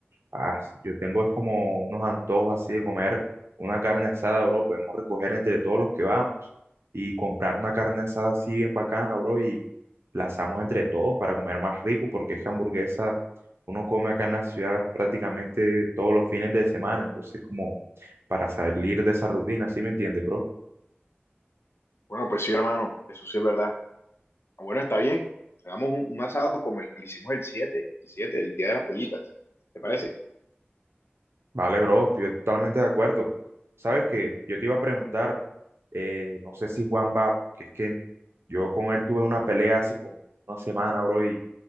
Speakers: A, on the right; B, on the left.
A: Ah, yo tengo es como unos antojos así de comer una carne asada, bro. Podemos recoger entre todos los que vamos y comprar una carne asada así bien bacana, bro, y la asamos entre todos para comer más rico, porque es que hamburguesa uno come acá en la ciudad prácticamente todos los fines de semana, entonces como para salir de esa rutina, ¿sí me entiendes, bro?
B: Bueno, pues sí, hermano, eso sí es verdad. Ah, Bueno, está bien. Hagamos un, un asado como el que le hicimos el siete el siete el día de las pelitas. ¿Te parece?
A: Vale, bro, estoy totalmente de acuerdo. Sabes que yo te iba a preguntar, eh, no sé si Juan va, porque es que yo con él tuve una pelea hace como una semana, bro, y